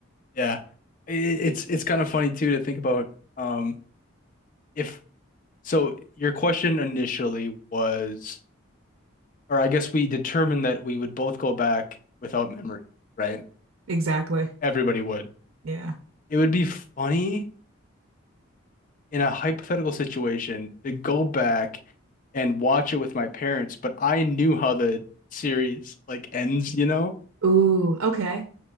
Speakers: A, on the left; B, on the right.
A: Yeah. I- It's it's kind of funny too to think about um if so your question initially was or I guess we determined that we would both go back without memory, right?
B: Exactly.
A: Everybody would.
B: Yeah.
A: It would be funny in a hypothetical situation to go back and watch it with my parents, but I knew how the series like ends, you know,
B: Ooh, okay.